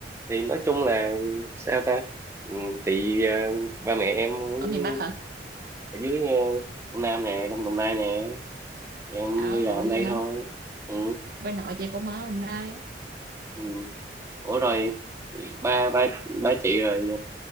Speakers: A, on the right; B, on the right.
A: thì nói chung là sao ta ừ, thì ờ, ba mẹ em cũng
B: ở miền Bắc hả
A: ở dưới ờ, Đông Nam nè Đông Đồng Nai nè thì em
B: ở
A: đi làm
B: ủa vậy
A: đây
B: hả
A: thôi ừ,
B: quê nội chị cũng ở hôm nay
A: ừ. ủa rồi ba ba ba chị rồi